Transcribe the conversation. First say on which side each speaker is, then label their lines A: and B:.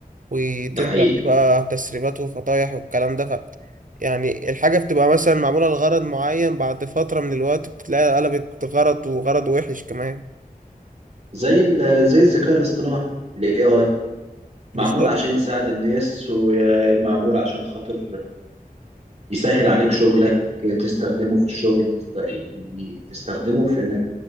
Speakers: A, on the right; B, on the right.
A: وتنزل
B: ده حقيقي
A: عليه بقى تسريبات وفطايح والكلام ده ف يعني الحاجة بتبقى مثلا معمولة لغرض معين بعد فترة من الوقت بتلاقي قلبت غرض وغرض وحش كمان
B: زي ال زي الذكاء الاصطناعي ال AI معمول
A: بالظبط
B: عشان يساعد الناس ومعمول عشان خاطر يسهل عليك شغلك تستخدمه في الشغل تست... تستخدمه في انك